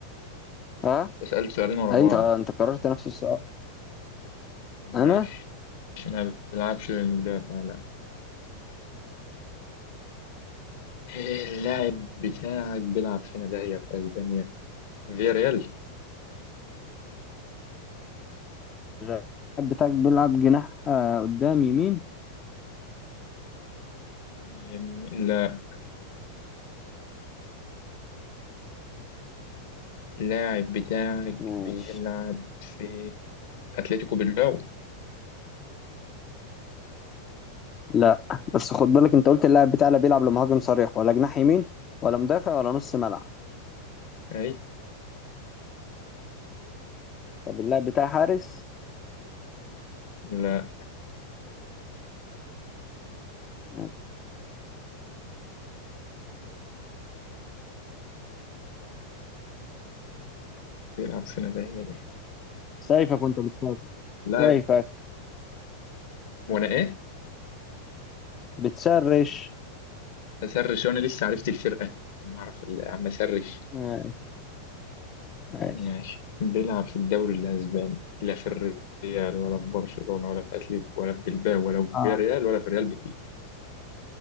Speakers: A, on the left; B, on the left.
A: ها
B: سألت سؤالين ورا
A: اي
B: بعض
A: انت قررت نفس السؤال
B: ماشي
A: انا
B: مش ما بيلعبش مدافع لا إيه اللاعب بتاعك بيلعب فين ده هي في اسبانيا فياريال
A: لا اللاعب بتاعك بيلعب جناح آه، قدام يمين
B: يم- لا اللاعب بتاعك
A: ماشي
B: بيلعب في اتلتيكو بالباو
A: لا بس خد بالك انت قلت اللاعب بتاعنا بيلعب لمهاجم صريح ولا جناح يمين ولا مدافع ولا نص ملعب
B: اي
A: طب اللاعب بتاعي حارس
B: لا
A: ماشي.
B: بيلعب فين ده هي دي
A: سيفك وانت بتشرش
B: لا
A: سيفك
B: وانا ايه
A: بتشرش
B: هسرش وانا لسه عرفت الفرقة ما اعرف عم اسرش
A: ماشي ماشي
B: ماشي بيلعب في الدوري الأسباني لا في الريال ولا في برشلونة ولا في أتليتيكو ولا في بلباو ولا في
A: اه
B: فياريال ولا في ريال بيتيس